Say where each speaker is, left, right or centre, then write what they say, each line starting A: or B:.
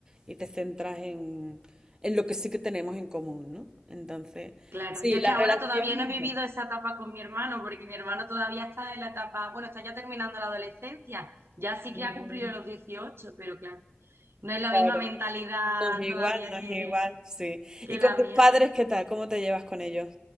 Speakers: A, on the right (about 20°); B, on the right (about 80°).
A: y te centras en, en lo que sí que tenemos en común, ¿no? Entonces,
B: Claro,
A: sí,
B: yo es
A: la
B: que ahora
A: relación...
B: todavía no he vivido
A: mejor.
B: esa etapa con mi hermano, porque mi hermano todavía está en la etapa, bueno, está ya terminando la adolescencia, ya sí
A: Mm,
B: que ha cumplido los 18, pero claro, no es la
A: Claro,
B: misma mentalidad
A: no es igual,
B: todavía
A: no es
B: que,
A: igual, sí.
B: que
A: ¿Y con
B: la
A: tus
B: mía.
A: padres qué tal? ¿Cómo te llevas con ellos?